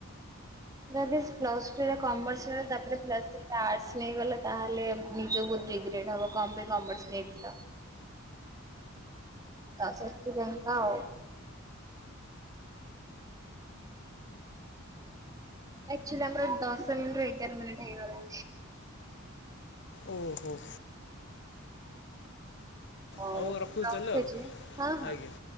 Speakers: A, on the right (about 15°); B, on the left (about 55°).
A: ଯଦି ପ୍ଲସ୍ ଟୁରେ କମର୍ସ ରେ ତାପରେ ପ୍ଲସ୍ ଥ୍ରୀରେ ଆର୍ଟସ ନେଇଗଲା ତାହେଲେ ନିଜକୁ ରିଗ୍ରେଟ ହବ କଣ ପାଇଁ କମର୍ସ ନେଇଥିଲ। ତ ସେଥିପାଇଁ ତ ଆଉ ଆଚୁଆଲି ଆମର ଦଶ ମିନିଟ ର ଏଗାର ମିନିଟ୍ ହେଇଗଲା।
B: ଓହୋ
A: ଓ
B: ହଉ ରଖୁଛି
A: ରଖଛି
B: ତାହେଲେ ଆଉ
A: ହଁ ହଁ।
B: ଆଜ୍ଞା